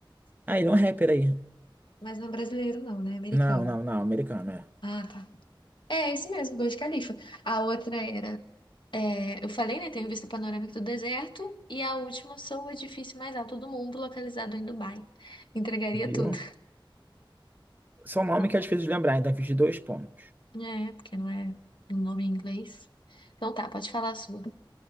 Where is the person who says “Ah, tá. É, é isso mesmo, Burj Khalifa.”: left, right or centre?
Left